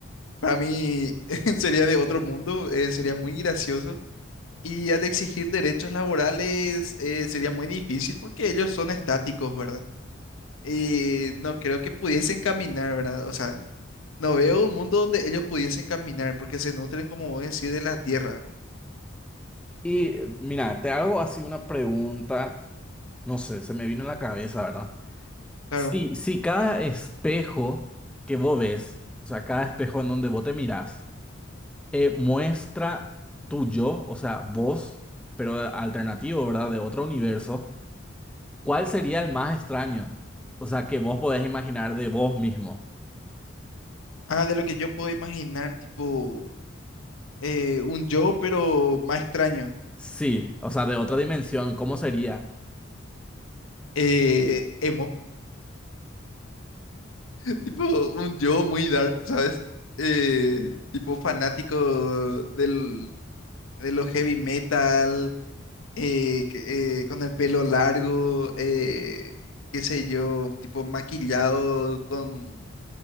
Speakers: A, on the left; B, in the centre.
A: Para mí <laughs> sería de otro mundo, eh, sería muy gracioso. Y al exigir derechos laborales, eh, sería muy difícil porque ellos son estáticos, ¿verdad? Y no creo que pudiesen caminar, ¿verdad? O sea, no veo un mundo donde ellos pudiesen caminar porque se nutren, como vos decís, de la tierra.
B: Y eh, mira, te hago así una pregunta, no sé, se me vino
A: Mm.
B: en la cabeza, ¿verdad?
A: Claro.
B: Si, si cada espejo que vos ves, o sea, cada espejo en donde vos te mirás, eh, muestra tu yo, o sea, vos, pero alternativo, ¿verdad? De otro universo. ¿Cuál sería el más extraño? O sea, que vos podés imaginar de vos mismo.
A: Ah, de lo que yo puedo imaginar, tipo. eh, un yo, pero más extraño.
B: Sí, o sea, de otra dimensión, ¿cómo sería?
A: Eh, emo, <laughs> tipo un yo muy dark, ¿sabes? Eh, tipo fanático del, de lo heavy metal, eh, que- eh, con el pelo largo, eh, qué sé yo, tipo maquillado con,